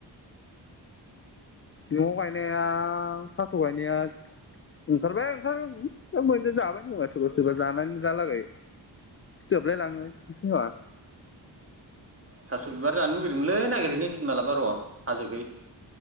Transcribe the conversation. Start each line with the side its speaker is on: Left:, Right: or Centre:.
Left: न'आव गायनाया थास' गायनाया ओंखारबाय ओंखार दा मोनजा जाबाय खोमा सोरबा-सोरबा जानानै दालागै जोबलाय लाङो खोमा
Right: थास' बिबार जानो लुगैदोंमोनलै नागिरहैनांसिगोन मालाबा र' हाजोखै